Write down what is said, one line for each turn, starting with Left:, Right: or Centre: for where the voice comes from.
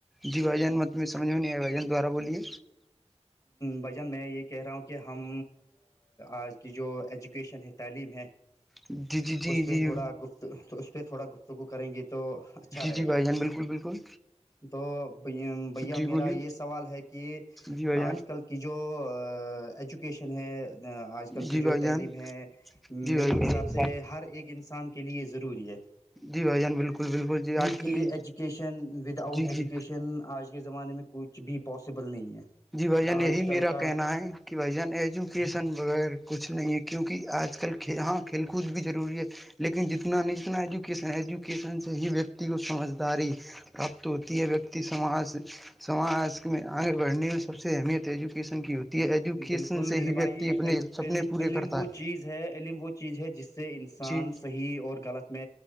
Centre: جی بھائیان مت میںمھ میں نہیں آیا بھائی جان دوارا بولیے
Left: بھجن میں یہ کہہ رہا ہوں کہ ہم آج کی جو ایجوکیشن ہے تعلیم ہے
Centre: جی جی جی
Left: اس پہ
Centre: جی
Left: تھوڑا گفت اس پہ تھوڑا گفتگو کریں گے تو اچھا
Centre: جی
Left: رہے
Centre: جی
Left: گا
Centre: بھائی جان بالکل بالکل
Left: تو ب بھیا
Centre: جی
Left: میرا
Centre: بولیے
Left: یہ سوال ہے کہ
Centre: جی ب جان
Left: آ کل کی جو ایجوکیشن ہے آج کل
Centre: جی
Left: کی جو
Centre: بھائی
Left: تعلیم
Centre: جان
Left: ہے
Centre: جی
Left: میرے
Centre: بھائی
Left: حساب سے ہر ایک انسان کے لیے ضروری ہے
Centre: جی بھائی جان بالکل بالکل جی
Left: کیونکہ
Centre: آج کل
Left: ایجوکیشن ود آؤٹ
Centre: جی
Left: ایجوکیشن
Centre: جی
Left: آج کے زمانے میں کچھ بھی پاسیبل نہیں ہے
Centre: جی بھائی جان
Left: آج
Centre: یہی
Left: کل
Centre: میرا
Left: کا
Centre: کہنا ہے کہ بھائی جان ایجوکیسن بغیر کچھ نہیں ہے کیونکہ آج کل ہاں کھیل کود بھی ضروری ہے لیکن جتنا نہیں جتنا ایجوکیشن ایجوکیشن سے ہی ویکتی کو سمجھداری پراپت ہوتی ہے ویکتی سماج میں آگے بڑھنے میں سب سے اہمیت ایجوکیشن کی ہوتی ہے ایجوکیشن
Left: بالکل
Centre: سے
Left: میرے
Centre: ہی
Left: بھائی
Centre: ویکتی اپنے سپنے پورے
Left: علم
Centre: کرتا
Left: وہ
Centre: ہے
Left: چیز ہے علم وہ چیز ہے جس سے انسانحیح
Centre: جی
Left: غ